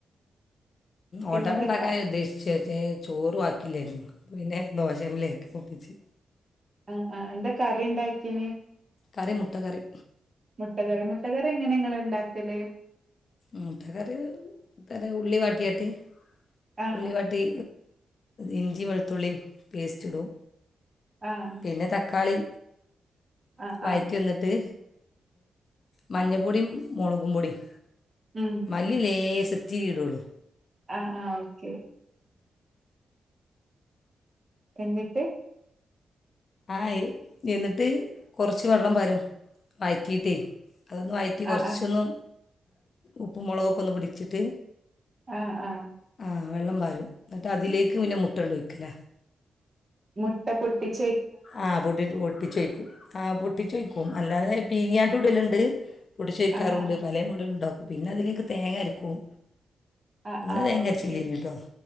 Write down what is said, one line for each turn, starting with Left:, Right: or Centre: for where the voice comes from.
Right: പിന്നെ
Left: ഓട്ടട
Right: എന്തൊക്കാ
Left: ഉണ്ടാക്കാൻ ഉദ്ദേശിച്ച് പക്ഷേ ചോറ് വാർതീ ല്ലേരുന്നു ഉ പിന്നെ ദോശ എങ്ങനേലും ഒപ്പിച്ച്
Right: ആഹ ആ എന്താ കറി ഉണ്ടാക്കന്
Left: കറി മുട്ടക്കറി
Right: മുട്ടറി മുട്ടകറി എങ്ങനെയാനി ങ്ങള് ഉണ്ടാക്കലു
Left: മുട്ടക്കറി ത ഉള്ളി വാട്ടിയിട്ടു
Right: ആഹ്
Left: ഉള്ളി വാട്ടി ഇഞ്ചി വെളുത്തുള്ളി പേസ്റ്റിടും
Right: ആഹ്
Left: പിന്നെ തക്കാളി
Right: ആഹ്
Left: വഴട്ടി
Right: ആഹ്
Left: വന്നിട്ട് മഞ്ഞപ്പൊടിയും മുളകും പൊടിയും
Right: ഉം.
Left: മല്ലിലേശം ഇത്തിരിടോളു
Right: ആ ആ ഓക്കെ എന്നിട്ട്?
Left: ആഎന്നിട്ട് കുറച്ച് വെള്ളം വരും വഴറ്റിട്ടേ അതൊന്നും വയിറ്റി കുറച്ചൊന്നും
Right: ആഹ് ആഹ്
Left: ഉപ്പ് മുളകൊക്കെ ഒന്ന് പിടിച്ചിട്ട്
Right: ആഹ് ആഹ്
Left: ആ വെള്ളം പാലും എന്നിട്ട് അതിലേക്ക് പിന്നെ മുട്ടങ്ങട് വയ്ക്കല
Right: മുട്ട പൊട്ടിച്ച
Left: ആ പൊട്ടിട്ട് പൊട്ടിച്ചൊഴിക്കും ആ പൊട്ടിച്ചോഴിക്കും അല്ലാതെ ബീങ്ങാൻ ഉടലുണ്ട് പൊടിച്ചുയ്ക്കാറുണ്ട്
Right: ആഹ് ആഹ്
Left: പല മോഡല ഉണ്ടാക്കും പിന്നെ അതിലേക്ക് തേങ്ങ അരക്കും
Right: ആഹ്
Left: ഇന്ന്
Right: ആഹ്
Left: തേങ്ങരച്ചില്ലേനിട്ടോ
Right: ഓക്കെ.